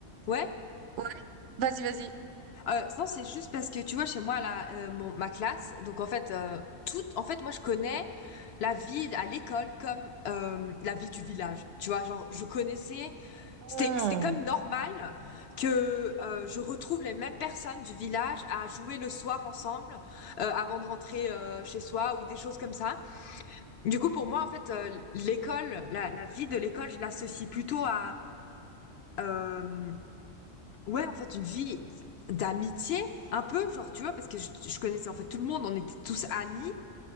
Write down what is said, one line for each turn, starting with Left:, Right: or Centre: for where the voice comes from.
Left: Ouais.
Right: ouais, vas-y, vas-y.
Left: Euh, non, c'est juste parce que, tu vois, chez moi, là, euh, mon, ma classe, donc en fait, euh, tout, en fait, moi, je connais la vie à l'école comme euh, la vie du village. Tu vois, genre, je connaissais. C'était,
Right: Ah
Left: c'était comme normal que euh, je retrouve les mêmes personnes du village à jouer le soir ensemble euh, avant de rentrer euh, chez soi ou des choses comme ça. Du coup, pour moi, en fait, euh, l'école, la, la vie de l'école, je l'associe plutôt à, euh, ouais, en fait, une vie d'amitié, un peu, genre, tu vois, parce que je, je connaissais en fait tout le monde, on était tous amis